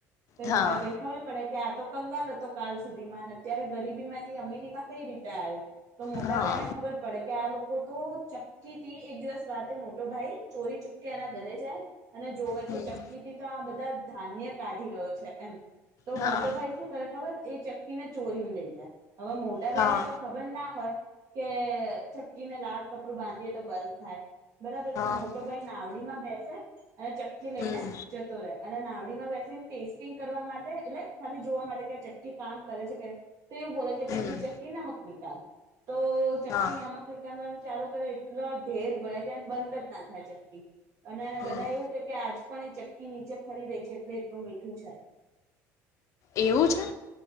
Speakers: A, on the right; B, on the left.
A: પ
B: હા
A: મોટા ભઈને ખબર પડે. આ તો કંગાલ હતો કાલ સુધીમાં ને અત્યારે ગરીબી માંથી અમીરીમાં કઈ રીતે આવ્યો તો મોટા
B: હા
A: ભાઈ ને ખબર પડે કે આ લોકો તો ચક્કીથી એક દિવસ રાતે મોટી તો ભાઈ ચોરી ચૂપકે એના ઘરે જાય. અને જોવે
B: હમ
A: કે ચક્કીથી તો આ બધા ધાન્ય કાઢી રહ્યો છે એમ. તો
B: હા
A: મોટો ભાઈ શું કરે ખબર. એ ચક્કીને ચોરીને લઈ જાય. હવે મોટા
B: હા
A: ભાઈને તો ખબર ના હોય. કે ચક્કીને લાલ કપડું બાંધીએ તો બંધ થાય. બરાબર
B: હા
A: તો મોટો ભાઈ નાવડી માં બેસે. અને ચક્કી લઈને
B: હમ
A: જતો રહે અને નાવડીમાં બેસી ટેસ્ટ ટીંગ કરવા માટે એટલે ખાલી જોવા માટે કે ચક્કી કામ કરે છે કે તો એવુ બોલો કે ચક્કી
B: હમ
A: ચક્કી નમક નિકાલ. તો ચક્કી
B: હા
A: નમક વિકના. ચાલુ કરે એટલો ઢેર ભરાય જાય. બંધ જ ના થાય ચકકી. અને
B: હમ
A: બધા એવું કે આજ. પણ એ ચક્કી નીચે ફરી રહી છે એટલે એટલું મીઠું છે.
B: એવું છે